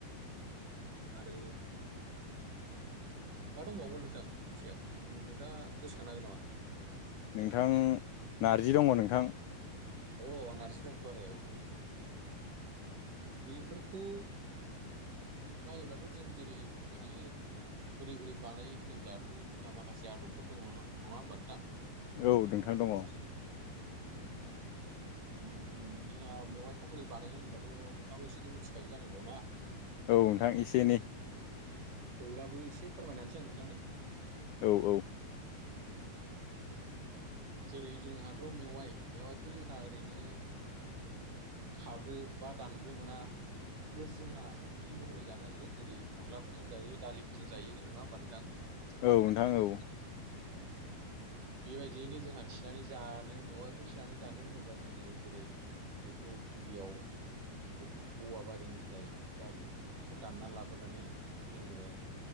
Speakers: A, on the right; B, on the left.
A: आरो मा दंबावोमोन नोंथां बिनि सायाव नोंथाङा गोसोखांनो हागोन नामा
B: नोंथां नारजि दङ नोंथां
A: अ नारजि दंथ' आरो औ औ बेफोरखौ नायोब्लाथ' जों जेरै बुंनो हायो बोरै बोरै बानायो होनोब्लाथ' जोंहा माखासे आदबफोर दं नङा होमबा नोंथां
B: औ नोंथां दङ।
A: ओम जोंहा मेवाइखौ बोरै बानायो होनब्लाथ' नोंथाङाबो एसे एनै मिथिखायो जानांगौ ना?
B: औ नोंथां इसे एनै।
A: थेवब्लाबो इसे फोरमायनानैसै आं नोंथांनो।
B: औ औ
A: जेरै जोंहाथ' मेवाइ मेवाइखौ जोंहा ओरैनो खाग्रो बा दानग्रोना मोना। बोर जोंहा ओंख्रि महरै जानो हायो। जेरै अनलाफोरजों जायो दालिफोरजों जायो नोङा ओमबा नोंथां।
B: औ नोंथां औ।
A: बेबायदियैनो जोंहा थिनानै जानो। मेवाइखौ थिनानै जानो होनोब्ला जोङो जेरै बेखौ गिबियाव औ-औवा बारिनिफ्राय बा बेखौ दानना लाबोनानै जोङो